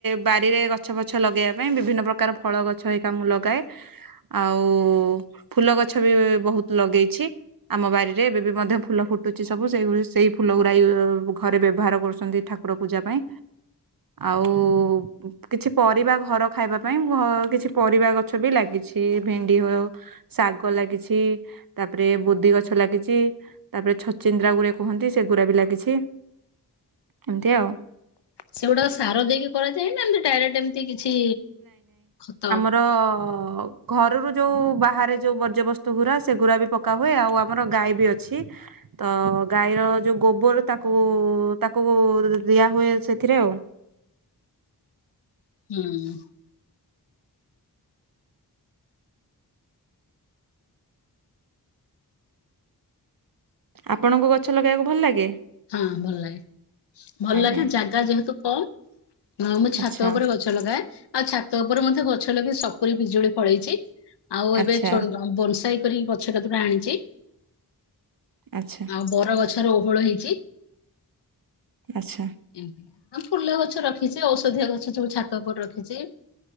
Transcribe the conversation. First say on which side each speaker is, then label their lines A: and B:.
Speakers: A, on the right (about 55°); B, on the left (about 85°).
A: ବାଡ଼ିରେ ଗଛ ପଛ ଲଗେଇବା ପାଇଁ ବିଭିନ୍ନ ପ୍ରକାର ଫଳ ଗଛ ହେକା ମୁଁ ଲଗାଏ। ଆଉ ଫୁଲ ଗଛ ବି ବହୁତ ଲଗେଇଛି। ଆମ ବାରିରେ ଏବେ ବି ମଧ୍ୟ ଫୁଲ ଫୁଟୁଛି ସବୁ ସେ ସେଇ ଫୁଲ ଗୁରା ଏଘରେ ବ୍ୟବହାର କରୁଛନ୍ତି ଠାକୁ ଠାକୁର ପୂଜା ପାଇଁ ଆଉ କିଛି ପରିବା ଘର ଖାଇବା ପାଇଁ ଘ କିଛି ପରିବା ଗଛ ବି ଲାଗିଛି ଭେଣ୍ଡି ହଉ ଶାଗ ଲାଗିଛି ତାପରେ ବୋଦି ଗଛ ଲାଗିଛି। ତାପରେ ଛଚିନ୍ଦ୍ରା ଗୁରା କୁହନ୍ତି ସେ ଗୁଡ଼ା ବି ଲାଗିଛି ଏମତି ଆଉ।
B: ସେଗୁଡାକ ସାର ଦେଇକି କରାଯାଏ ନା ଏମତି ଡାଇରେକ୍ଟ ଏମିତି କିଛି ଖତ?
A: ତ ଘରରୁ ଯୋଉ ବାହାରେ ଯୋଉ ବର୍ଜ୍ୟବସ୍ତୁ ଗୁରା ସେଗୁରାକ ପ ପକା ହୁଏ ଆଉ ଆମର ଗାଈ ବି ଅଛି। ତ ଗାଈର ଯୋଉ ଗୋବର ତାକୁ ତାକୁ ଦିଆ ହୁଏ ସେଥିରେ ଆଉ।
B: ହୁଁ।
A: ଆପଣଙ୍କୁ ଗଛ ଲଗେଇବାକୁ ଭଲ ଲାଗେ?
B: ହଁ ଭଲ ଲାଗେ ଭଲ
A: ଆଜ୍ଞା
B: ଲାଗେ ଜାଗା ଯେହେତୁ କମ୍ ମୁଁ ଆମ ଛାତ
A: ଆଚ୍ଛା
B: ଉପରେ ଗ ଗଛ ଲଗାଏ ଆଉ ଛାତ ଉପରେ ମଧ୍ୟ ଗଛ ଲଗେଇ ସପୁରି ବିଜୁଳି ଫଳେଇଛି। ଆଉ ଏବେ
A: ଆଚ୍ଛା
B: ଛୋ ବଂସାଇ କରିକି ଗଛ କେତୋଟା ଆଣିଛି।
A: ଆଚ୍ଛା।
B: ଆଉ ବର ଗଛର ଓହଳ ହେଇଛି।
A: ଆଚ୍ଛା।
B: ଏମିତି ଫୁଲ ଗଛ ରଖିଛି ଆଉ ଔଷଧିଆ ଗଛ ସବୁ ଛାତ ଉପରେ ରଖିଛି।